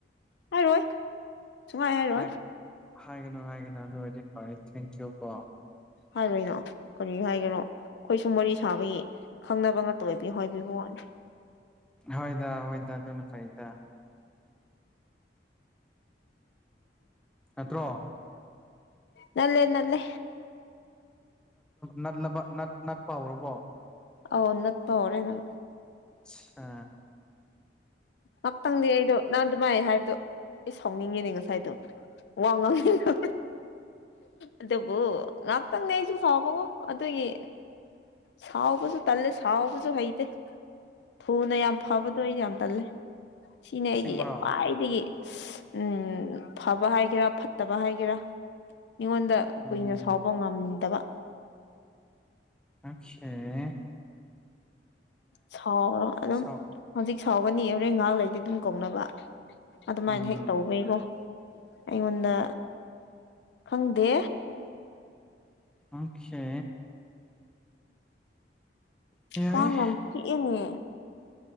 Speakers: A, on the left; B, in the centre.
A: ꯍꯥꯏꯔꯣꯏ ꯁꯨꯡꯃꯥꯏ ꯌꯥꯦꯔꯣ
B: ꯍꯥꯏ ꯍꯥꯏꯒꯅꯨ ꯍꯥꯏꯒꯅꯨ ꯑꯗꯨꯔꯗꯤ ꯐꯔꯦ ꯊꯦꯡꯀ꯭ꯌꯨ ꯀꯣ
A: ꯍꯥꯏꯔꯣꯏꯅꯣ ꯀꯔꯤ ꯍꯥꯏꯒꯅꯣ ꯑꯩꯈꯣꯏꯁꯨ ꯃꯔꯤ ꯁꯥꯕꯒꯤ ꯈꯪꯅꯕ ꯉꯥꯛꯇ ꯑꯣꯏꯕꯤ ꯍꯥꯏꯕꯤꯕ ꯋꯥꯅꯦ
B: ꯍꯣꯏꯗ ꯍꯣꯏꯗ ꯑꯗꯨꯅ ꯐꯩꯗ ꯅꯠꯇ꯭ꯔꯣ
A: ꯅꯂꯦ ꯅꯂꯦ
B: ꯅꯂꯕ ꯅꯠꯄ ꯍꯧꯔꯕꯣ
A: ꯑ ꯅꯠ ꯐꯥꯎꯔꯦ ꯅꯪ
B: ꯑꯠꯁ
A: ꯃꯄꯪꯗꯤ ꯑꯩꯗꯨ ꯅꯥꯟ ꯑꯗꯨꯃꯥꯏ ꯍꯥꯏꯕꯗꯣ ꯑꯩ ꯁꯥꯎꯅꯤꯡꯉꯦꯅꯦ ꯉꯁꯥꯏꯗꯣ ꯋꯥ ꯉꯥꯡꯉ ꯑꯗꯨꯕꯨ ꯉꯥꯛꯇꯪꯅꯦ ꯑꯩꯁꯨ ꯁꯥꯥꯎꯕꯉꯣ ꯑꯗꯨꯒꯤ ꯁꯥꯎꯕꯁꯨ ꯇꯜꯂꯦ ꯁꯥꯎꯕꯁꯨ ꯍꯩꯇꯦ ꯊꯨꯅ ꯌꯥꯝ ꯐꯕꯗꯣ ꯑꯩ ꯌꯥꯝ ꯇꯜꯂꯦ ꯁꯤꯅꯦ
B: ꯑꯁꯦꯡꯕꯔꯣ
A: ꯑꯩꯒꯤ ꯈ꯭ꯋꯥꯏꯗꯒꯤ ꯎꯝ ꯐꯕ ꯍꯥꯏꯒꯦꯔꯥ ꯐꯠꯇꯕ ꯍꯥꯏꯒꯦꯔꯥ ꯃꯤꯉꯣꯟꯗ
B: ꯎꯝ
A: ꯀꯨꯏꯅ ꯁꯥꯎꯕ ꯉꯝꯗꯕ
B: ꯑꯁꯦ
A: ꯁ ꯑꯗꯨꯝ
B: ꯁꯥꯎ
A: ꯍꯧꯖꯤꯛ ꯁꯥꯎꯒꯅꯤ ꯍꯣꯔꯦꯟ ꯉꯥꯏꯍꯥꯛ ꯂꯩꯗꯤ ꯑꯗꯨꯝ ꯀꯧꯅꯕ ꯑꯗꯨꯃꯥꯏꯅ
B: ꯎꯝ
A: ꯍꯦꯛ ꯇꯧꯕꯩꯀꯣ ꯑꯩꯉꯣꯟꯗ ꯈꯪꯗꯦ
B: ꯑꯣꯀꯦ ꯌꯥꯏ
A: ꯀ ꯉꯝ ꯀꯅꯤ